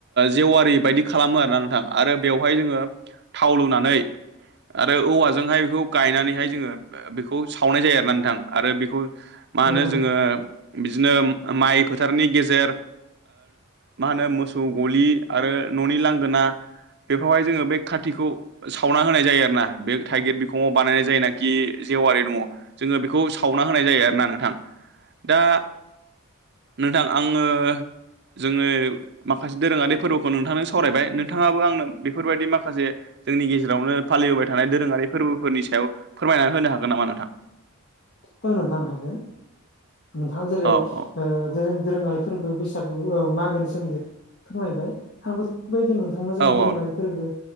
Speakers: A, on the right; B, on the left.
A: जेवारि बायदि खालामो आरोना नोंथां आरो बेवहाय जोङो थाव लुनानै आरो औवाजोंहाय बेखौ गायनानैहाय जोङो बेखौ सावनाय जायो आरोना नोंथां। आरो बेखौ मा होनो
B: औ
A: जोङो बिदिनो माइ फोथारनि गेजेर मा होनो मोसौ गलि आरो न'नि लांगोना बेफ्रावहाय जोङो बै खातखौ सावना होनाय जायो आरोना। बे थाइगिर बिखङाव बानायनाय जायोनाखि जेवारि दङ जोङो बेखौ सावना होनाय जायो आरोना नोंथां। दा नोंथां आङो जोंनि माखासे दोरोङारि फोरबोखौ नोंथांजों सावरायबाय नोंथाङाबो आंनो बेफोरबायदि माखासे जोंनि गेजेरावनो फालिबोबाय थानाय दोरोङारि फोरबोफोरनि सायाव फोरमायनानै होनो हागोन नामा नोंथां?
B: औ नोंथां हागोन नोंथाङा जेरै
A: औ औ
B: ओ दोरोङारि फोरबो बैसागु मागोनि सोमोन्दै फोरमायबाय <unintelligible> बो बायदि नोंथां जोंनि
A: औ
B: दोरोङारि
A: औ
B: फोरबो